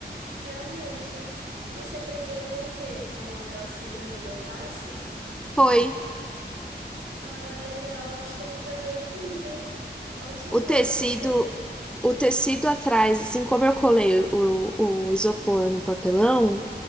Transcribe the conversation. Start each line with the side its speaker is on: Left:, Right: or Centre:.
Right: realmente. E você prendeu com o quê? Com aquelas fitas dupla face?
Centre: Foi
Right: Ah, legal. Acho que eu vou fazer aqui, viu? Ótima
Centre: o
Right: ideia,
Centre: tecido,
Right: gostei.
Centre: o tecido atrás, assim como eu colei o, o isopor no papelão,